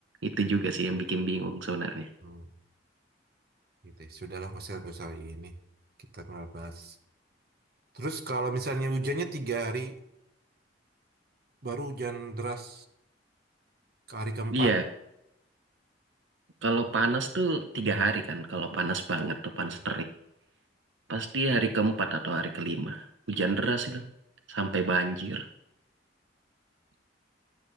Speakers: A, on the right; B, on the right.
A: itu juga sih yang bikin bingung sebenarnya.
B: hmm, gitu ya. sudahlah mas nggak usah ini kita nggak bahas terus kalau misalnya hujannya tiga hari baru hujan deras ke hari keempat
A: Iya, kalau panas tuh tiga
B: hmm,
A: hari kan. Kalau panas banget tuh panas
B: hmm.
A: terik. Pasti hari keempat atau hari kelima. Hujan deras itu sampai banjir.